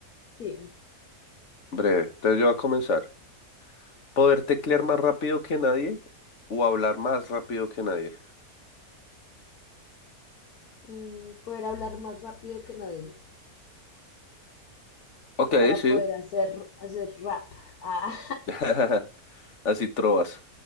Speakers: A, on the left; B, on the left.
A: Sí,
B: Breve. Entonces yo voy a comenzar. ¿Poder teclear más rápido que nadie o hablar más rápido que nadie?
A: mm, poder hablar más rápido que nadie
B: Ok,
A: para
B: sí.
A: poder hacer, hacer rap. Ah,
B: <laughs> Así trovas,